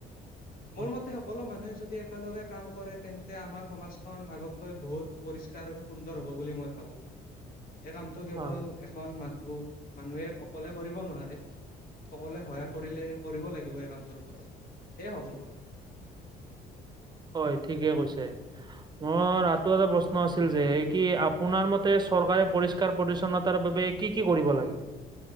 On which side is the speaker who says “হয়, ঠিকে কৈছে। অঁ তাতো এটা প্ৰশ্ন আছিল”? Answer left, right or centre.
Right